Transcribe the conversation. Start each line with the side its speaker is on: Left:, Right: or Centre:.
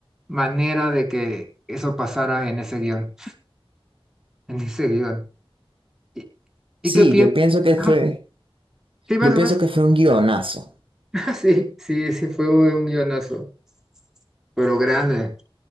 Centre: manera de que eso pasara en ese guión, en ese guión. ¿Y, y
Right: sí,
Centre: qué piensas?
Right: yo pienso que
Centre: Ajá,
Right: fue,
Centre: sí, vas,
Right: yo pienso
Centre: vas.
Right: que fue un guionazo.
Centre: <laughs> Sí, sí, sí, fue un guionazo, pero grande.